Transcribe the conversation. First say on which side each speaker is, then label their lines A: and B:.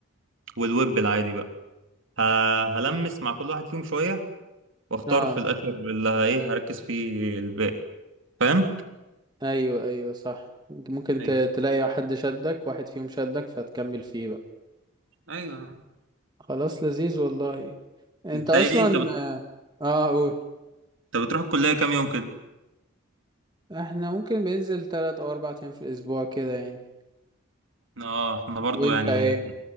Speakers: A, on the right; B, on the right.
A: والويب العادي بقى ه- هلمس مع كل واحد فيهم شوية واختار
B: اه
A: في الاخر اللي ه- ايه هركز فيه الباقي فاهم
B: ايوه ايوه صح انت ممكن
A: ايوه
B: ت- تلاقي حد شدك واحد فيهم شدك فتكمل فيه بقى
A: ايوه
B: خلاص لذيذ والله انت
A: انت
B: اصلا
A: ايه انت بت...
B: اه آه، قول
A: انت بتروح الكليه كام يوم كده
B: احنا ممكن بننزل تلات او اربع ايام في الاسبوع كده يعني
A: اه احنا برضو
B: وانت
A: يعني
B: ايه